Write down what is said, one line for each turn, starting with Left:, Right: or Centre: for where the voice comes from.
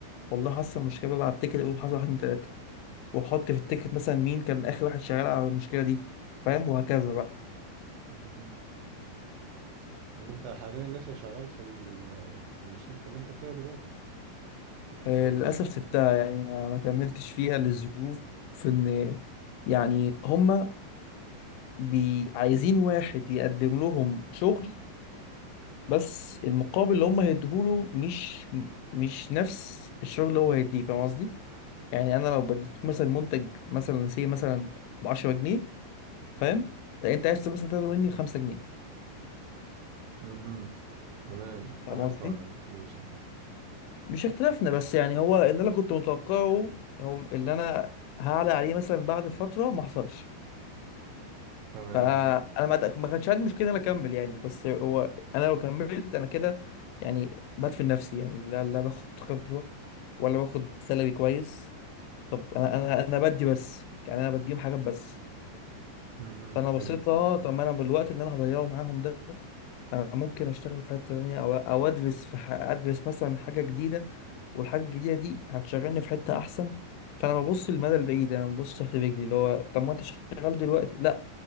Left: والله حصل مشكله بقى على التيكت اقول حصل واحد اتنين تلاته واحط في التيكت مثلا مين كان اخر واحد شغال على المشكله دي فاهم وهكذا بقى
Right: مهم. طب أنت حاليا لسه شغال في, ال- في الشركة اللي أنت فيها دلوقتي؟ اللي أنت
Left: آه،
Right: بتقول
Left: للأسف سبتها يعني ما ما كملتش فيها للظروف إن يعني هما بي عايزين واحد يقدم لهم شغل بس المقابل اللي هما هيديهوله مش مش نفس الشغل اللي هو هيديه فاهم قصدي؟ يعني أنا لو بديك مثلا منتج مثلا سي مثلا ب 10 جنيه فاهم؟ لا أنت عايز مثلا تاخد مني 5 جنيه
Right: مهم. تمام اختلفتوا
Left: فاهم قصدي؟
Right: على الفلوس يعني
Left: مش اختلافنا بس يعني هو اللي أنا كنت متوقعه هو اللي أنا هعلى عليه مثلا بعد فترة ما حصلش
Right: تمام
Left: فانا ما ما كانش عندي مشكله ان انا اكمل يعني بس هو انا لو كملت انا كده يعني بدفن نفسي يعني لا لا باخد خبره ولا باخد سالري كويس طب انا انا انا بدي بس يعني انا بديهم حاجات بس
Right: مهم.
Left: فانا بصيت
Right: إيه
Left: اه طب ما انا بالوقت اللي انا هضيعه معاهم ده انا ممكن اشتغل في حته تانية او او ادرس في ح... ادرس مثلا حاجه جديده والحاجه الجديده دي هتشغلني في حته احسن فانا ببص للمدى البعيد انا ببص تحت رجلي اللي هو طب ما انت شغال دلوقتي لا